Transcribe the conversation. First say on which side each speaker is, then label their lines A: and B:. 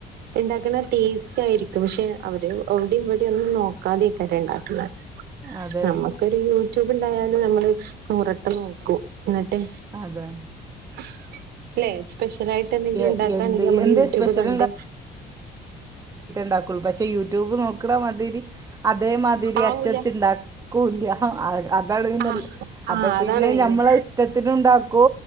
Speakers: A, on the right (about 75°); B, on the right (about 20°).
A: ണ്ടാക്ണ ടേസ്റ്റ് ആയിരിക്കും ക്ഷെ അവര് അവിടെം ഇവിടേം ഒന്നും നോക്കാതെക്കാര് ണ്ടാക്കുന്ന
B: അത്
A: നമ്മക്കൊരു യൂട്യൂബണ്ടായാലും നമ്മള് നൂറട്ടം നോക്കും എന്നിട്ടെ
B: അതാണ്
A: <unintelligible> ല്ലെ സ്പെഷ്യലായിട്ട് എന്തെങ്കിലും
B: എ
A: ഉണ്ടാക്കാണെങ്കില്
B: എന്ത്
A: ഞമ്മള്
B: എന്ത്
A: യൂട്യൂബ്
B: സ്പെഷ്യൽ
A: കണ്ട്
B: ഉണ്ടാക്കൊള്ളൂ പക്ഷെ യൂട്യൂബ് നോ ക്ണമാതിരി അതേമാതിരി
A: ആവൂല
B: അച്ചടിച്ച് ണ്ടാക്കൂല്യ ആ അതാണ് പിന്നെ
A: ആ ആ
B: അപ്പൊ പിന്നെ
A: അതാണ് മെയിന്
B: ഞമ്മളെ ഇഷ്ടത്തിനുണ്ടാക്കൂ